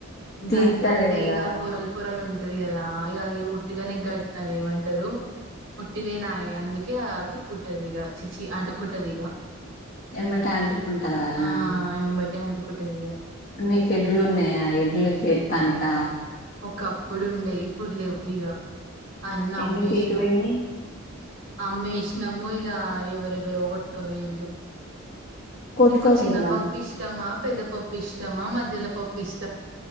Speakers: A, on the left; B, on the right.
A: తీస్తారు
B: గడ్డ అంటే
A: కదా
B: ఇగా పొరల్ పొరలు ఉంటే ది కదా ఇగా అది ఉట్టిగానే గడ్ అది ఏమంటారు ఉుట్టదే నాయి అందుకే అతుక్కుంటదిగా చిచి అంటుకుట్టదిగ
A: ఎమ్మటే అంటుకుంటదా
B: ఆ ఏంబట్టే అంటుకుంటుదిగా
A: మీకు ఎడ్లు ఉన్నాయా ఎడ్లుకేత్తానిక
B: ఒకప్పుడుండే ఇప్పుడులెవ్విగా అన్ని
A: ఎందుకు
B: అమ్మేశ్ణం
A: ఎటు పోయినయ్
B: అమ్మేష్ణం ఇగ ఎవరెవరో కొట్టుకపోయిర్రు
A: కొట్టుకపోయిందా
B: నీకు చిన్నపప్పు ఇష్టమా పెద్ద పప్పు ఇష్టమా మధ్యలో పప్పు ఇష్